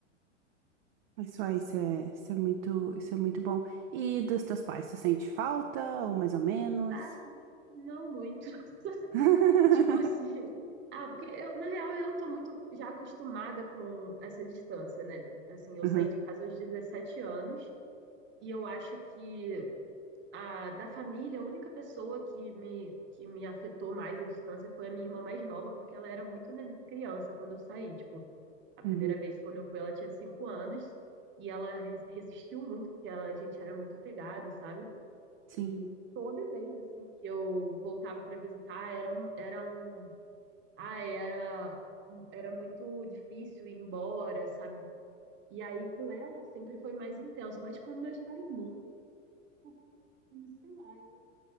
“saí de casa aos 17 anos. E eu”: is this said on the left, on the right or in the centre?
Right